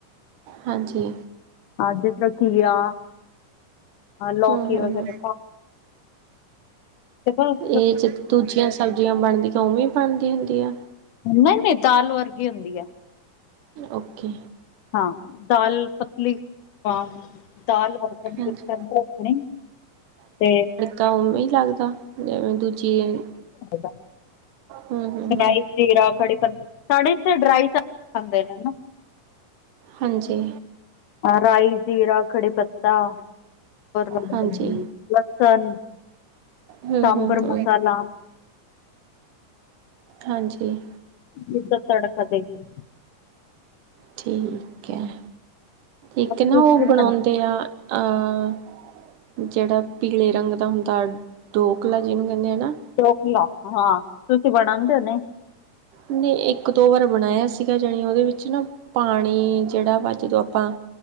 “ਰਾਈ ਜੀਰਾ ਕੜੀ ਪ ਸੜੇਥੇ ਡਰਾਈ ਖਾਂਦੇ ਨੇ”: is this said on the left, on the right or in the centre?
Left